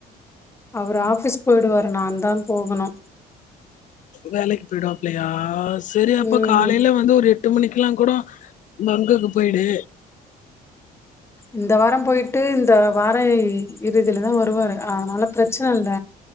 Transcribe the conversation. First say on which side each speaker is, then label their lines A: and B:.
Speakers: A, on the left; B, on the left.
A: அவரு ஆஃபிஸ் போயிடுவாரு நான்தா போகணு
B: வேலைக்கு போய்டுவாப்லயா சரி அப்ப
A: ம்
B: காலைல வந்து ஒரு எட்டு மணிக் இருக்கலா கூடோ பங்குக்கு போய்டு
A: இந்த வாரோ போய்ட்டு இந்த வார இறுதிலதா வருவாரு அதனால பிரச்சன இல்ல